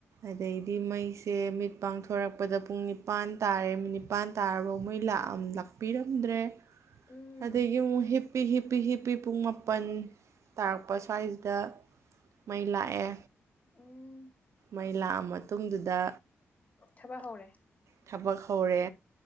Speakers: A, on the right; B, on the left.
A: ꯑꯗꯩꯗꯤ ꯃꯩꯁꯦ ꯃꯤꯠ ꯄꯥꯡꯊꯣꯔꯛꯄꯗ ꯄꯨꯡ ꯅꯤꯄꯥꯟ ꯇꯥꯔꯦ ꯅꯤꯄꯥꯟ ꯇꯥꯔꯕꯥꯎ ꯃꯩ ꯂꯥꯛꯑꯝ ꯂꯥꯛ ꯄꯤꯔꯝꯗ꯭ꯔꯦ
B: ꯎꯝ
A: ꯑꯗꯒꯤ ꯑꯃꯨꯛ ꯍꯤꯞ ꯄꯤ ꯍꯤꯄꯤ ꯍꯤꯄꯤ ꯄꯨꯡ ꯃꯥꯄꯟ ꯇꯥꯔꯛꯄ ꯑꯁ꯭ꯋꯥꯏꯖꯤꯗ ꯃꯩ ꯂꯥꯛꯑꯦ
B: ꯎꯝ
A: ꯃꯩ ꯂꯥꯛꯑ ꯃꯇꯨꯡꯗꯨꯗ
B: ꯊꯕꯛ ꯍꯧꯔꯦ
A: ꯊꯕꯛ ꯍꯧꯔꯦ